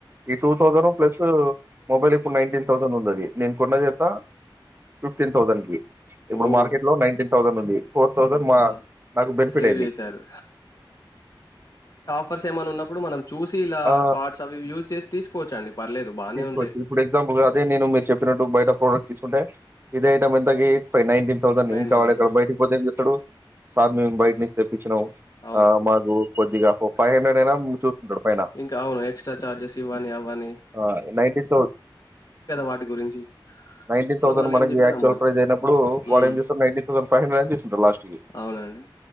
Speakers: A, on the right; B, on the left.
A: ఈ టూ థౌసండ్ ప్లస్ మొబైల్ ఇప్పుడు నైన్టీన్ థౌసండ్ ఉందది నేను కొన్నదెంత ఫిఫ్టీన్ థౌసండ్ కి ఇప్పుడు
B: ఓహ్!
A: మార్కెట్ లో నైన్టీన్ థౌసండ్ ఉంది ఫోర్ థౌసండ్
B: ఓహ్!
A: మా
B: అవునా?
A: నాకు బెనిఫిట్
B: సేవ్
A: అయింది
B: చేశారు. ఫర్స్ ఏమన్నా ఉప్పుడు మనం చూసి ఇలా
A: ఆ
B: కార్డ్స్ అవి యూజ్ చేసి తీసుకోవచ్చండి పర్లేదు బానే
A: తీసుకోవచ్చు
B: ఉంటాయి
A: ఇప్పుడు ఎగ్జాంపుల్గా అదే నేను మీరు చెప్పినట్టు బయట ప్రోడక్ట్ తీసుకుంటే ఇదే ఐటమ్ ఎంతక ఫరి నైన్టీన్ థౌసండ్
B: నైన్టీన్
A: ఇం కావాల
B: థౌజండ్
A: ఎక్కడ బయట పోతేేం చేసడు సార్ మేం బయట్నుంచి తెప్పి ను
B: అవును
A: ఆ మాకు కొద్దిగా ఫైవ్ హండ్రెడ్ అయినా చూసుకుంటాడు పైన
B: ఇంకా అవును ఎక్స్ట్రా చార్జెస్ ఇవ్వని అవ్వని.
A: ఆ నైన్టీన్ థౌ
B: వాటి గురించి
A: నైన్టీన్
B: సో
A: థౌసండ్
B: వాళ్ళు
A: మనకి
B: ఏం చెప్పినా
A: యాక్చువల్
B: నమ్మాలి
A: ప్రైజ్ అయినప్పుడూ
B: హ్మ్
A: వాడు ఏం చేస్తాడు నైన్టీన్. థౌసండ్ ఫైవ్ హండ్రెడ్ అయినతీస్ ద లాస్ట్ కి,
B: అవునండి